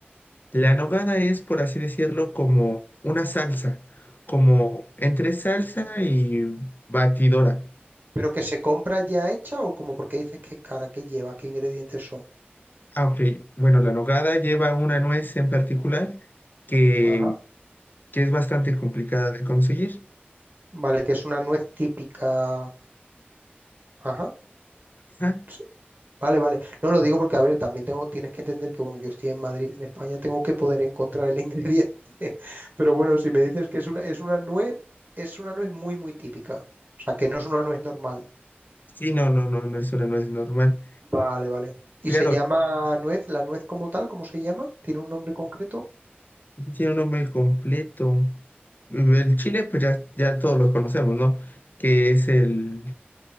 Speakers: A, on the left; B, on the right.
A: La nogada es, por así decirlo, como una salsa, como entre salsa y batidora.
B: ¿Pero que se compra ya hecha o como porque dices que es cara? ¿Qué lleva? ¿Qué ingredientes son?
A: Aunque, bueno, la nogada lleva una nuez en particular que,
B: Ajá.
A: que es bastante complicada de conseguir.
B: Vale, que es una nuez típica. Ajá.
A: Ajá.
B: sí, Vale, vale. No lo digo porque, a ver, también tengo, tienes que entender que, bueno, yo estoy en Madrid, en España, tengo que poder encontrar el ingrediente. <laughs> Pero bueno, si me dices que es una, es una nuez, es una nuez muy, muy típica. O sea, que no es una nuez normal.
A: Sí, no, no, no, no es una nuez normal.
B: Vale, vale.
A: Claro,
B: ¿Y se llama nuez? ¿La nuez como tal? ¿Cómo se llama? ¿Tiene un nombre concreto?
A: Tiene un nombre completo. El chile, pues ya, ya todos lo conocemos, ¿no? Que es el,